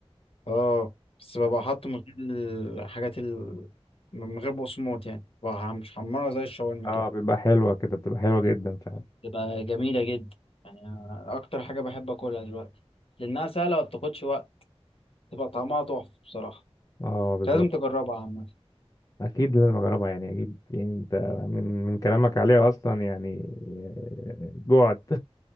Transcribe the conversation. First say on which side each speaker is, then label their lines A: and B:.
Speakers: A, on the left; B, on the left.
A: اه بس ببقى حاطه من غير الحاجات ال... من غير بقسماط يعني ببقى مش حمرها زي الشاورما
B: اه
A: كده
B: بيبقى حلوة كده بتبقى حلوة جدا فعلا
A: بتبقى جميلة جدا يعني أنا اكتر حاجة بحب اكلها دلوقتي لانها سهلة وما بتاخدش وقت تبقى طعمها تحفة بصراحة
B: اه بالظبط
A: لازم تجربها عامة
B: اكيد لازم اجربها يعني اكيد يعني انت من من كلامك عليها اصلا يعني آه، جوعت